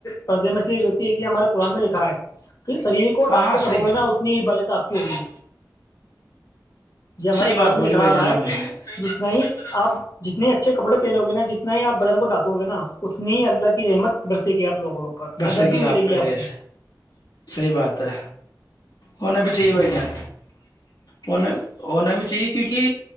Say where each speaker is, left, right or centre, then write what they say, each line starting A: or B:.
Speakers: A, on the left (about 45°); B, on the left (about 70°).
A: پردے میں اس لیے رہتی ہے کہ ہمارے قرآن میں لکھا ہے کہ شریر کو
B: ہاں
A: ڈھک
B: ہاں
A: کے رکھو
B: صحیح
A: گے نا اتنی ہی بت آپ کی ہوگی یہ ہمارے
B: صحیح
A: قرآن
B: بات بولی
A: میں لکھا
B: بھائی
A: رہا
B: جان
A: ہے
B: آپ
A: کہ
B: نے
A: جت میں ہی اب جتنے اچھے کپڑے پہنو گے نا جتنا آپ بدن کو ڈاکو گے نا اتنی ہی اللہ کی رحمت برسے گی آپ لوگوں پر
B: بسکے
A: ادب بھی ملے
B: آپ
A: گی
B: بسے
A: کو
B: صحیح بات ہے ہونا بھی چاہیے
A: جی
B: بھائی جان ہونا ہونا بھی چاہیے کیونکہ